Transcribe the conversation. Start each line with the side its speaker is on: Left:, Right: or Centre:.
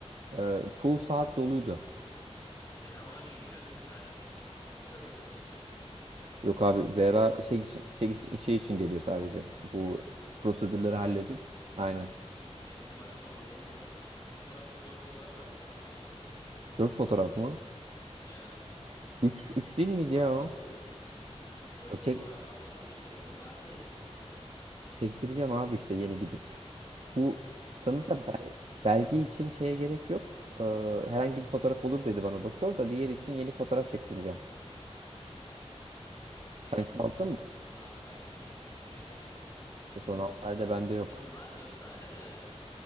Right: Ee, çoğu saat doluydu.
Left: Zehra onun için geliyor değil mi sadece? Hani yoksa denk mi geldi?
Right: Yok abi Zehra şey için, şey, için- şey için geliyor sadece. Bu prosedürleri
Left: Hikaye,
Right: halledip. Aynen.
Left: hikaye için. Çünkü kendisi başvurmak zorunda. Fotoğraf, dört fotoğraf lazım ha haberiniz olsun.
Right: Dört fotoğraf mı?
Left: Ee,
Right: Üç, üç değil miydi
Left: bakmadın
Right: ya o?
Left: mı? Dört
Right: Ya
Left: fotoğraf
Right: Çek,
Left: bakmadın mı şey? Onun vardır o listesi.
Right: çektireceğim abi işte yeni gidip. Bu sanırsa
Left: Çoğalt.
Right: bel, belge için şeye gerek yok. Ee, herhangi bir fotoğraf olur dedi bana doktor da diğer için yeni fotoğraf çektireceğim.
Left: Ya
Right: Sen çoğalttın
Left: ilk altı,
Right: mı?
Left: son altı ayda çekilmiş olsun yeter ya.
Right: İşte
Left: Benim
Right: son altı ayda bende yok.
Left: Benim var dört tane de